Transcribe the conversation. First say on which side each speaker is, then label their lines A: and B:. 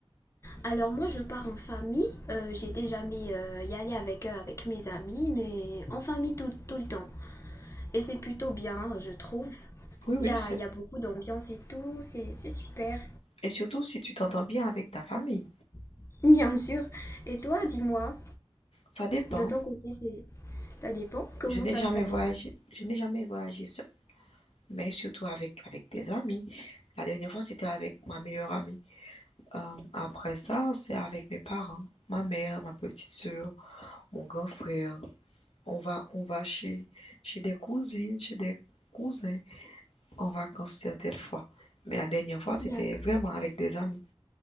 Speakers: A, on the left; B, on the left.
A: Alors moi, je pars en famille. Euh, j'étais jamais euh, y aller avec eux, avec mes amis, mais en famille tout, tout le temps. Et c'est plutôt bien, hein, je trouve.
B: Oui, oui,
A: Il y a,
B: seul.
A: il y a beaucoup d'ambiance et tout, c'est c'est super.
B: et surtout si tu t'entends bien avec ta famille.
A: <laughs> Bien sûr. Et toi, dis-moi,
B: Ça dépend.
A: de ton côté, c'est... Ça dépend? Comment
B: Je n'ai
A: ça,
B: jamais
A: ça dépend?
B: voyagé, je n'ai jamais voyagé seul, mais surtout avec, avec tes amis. La dernière fois, c'était avec ma meilleure amie. Euh, après ça, c'est avec mes parents, ma mère, ma petite sœur, mon grand frère. On va, on va chez, chez des cousines, chez des cousins en vacances certaines fois. Mais la dernière fois, c'était
A: D'accord.
B: vraiment avec des amis.